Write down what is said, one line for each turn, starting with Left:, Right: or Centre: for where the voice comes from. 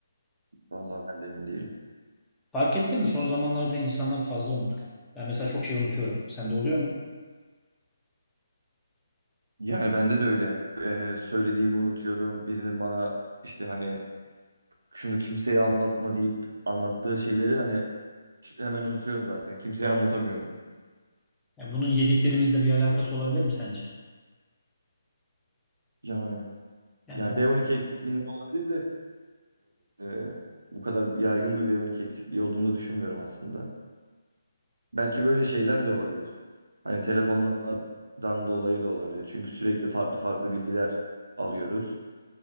Right: Vallahi ben de emin değilim.
Centre: Fark ettin mi? Son zamanlarda insanlar fazla unutkan. Ben mesela çok şey unutuyorum. Sende oluyor mu?
Right: Yani bende de öyle. Ee, söylediğimi unutuyorum. Birinin bana işte hani şunu kimseye anlatma deyip anlattığı şeyleri hani hemen unutuyorum zaten. Kimseye anlatamıyorum.
Centre: Yani bunun yediklerimizle bir alakası olabilir mi sence?
Right: Yani
Centre: Yani
Right: yani
Centre: daha...
Right: B12 eksikliğinden olabilir de e, e, bu kadar yaygın bir B12 eksikliği olduğunu düşünmüyorum aslında. Belki böyle şeyden de olabilir. Hani telefonlardan dolayı da olabilir. Çünkü sürekli farklı farklı bilgiler alıyoruz